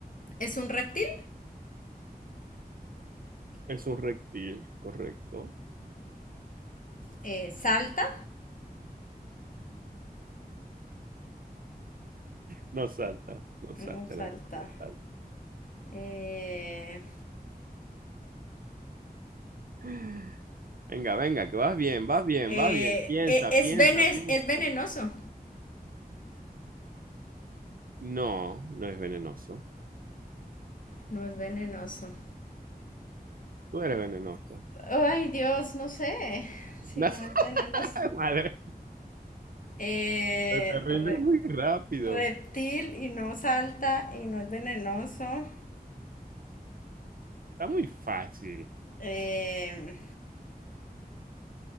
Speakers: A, on the left; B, on the right.
A: ¿Es un reptil?
B: Es un reptil, correcto.
A: Eh, ¿Salta?
B: No salta, no salta
A: No salta.
B: el animal, no salta.
A: Eh,
B: <laughs> Venga, venga, que vas bien, vas bien,
A: eh,
B: vas bien. Piensa,
A: eh, ¿es,
B: piensa,
A: vene-
B: piensa.
A: ¿Es venenoso?
B: No, no es venenoso.
A: No es venenoso.
B: Tú eres venenosa.
A: Ay, Dios, no sé. Sí,
B: <laughs>
A: no es venenoso.
B: Madre.
A: Eh,
B: te rindes
A: re-
B: muy rápido.
A: reptil y no salta y no es venenoso.
B: Está muy fácil.
A: Eh,